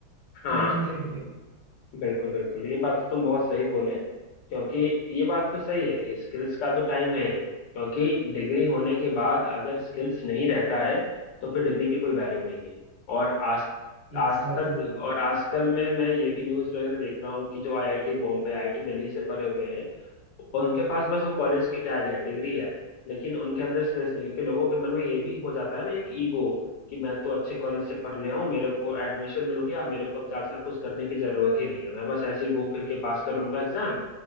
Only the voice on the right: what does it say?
तो ये तुम्हें ले लेंगे
Exactly
exactly.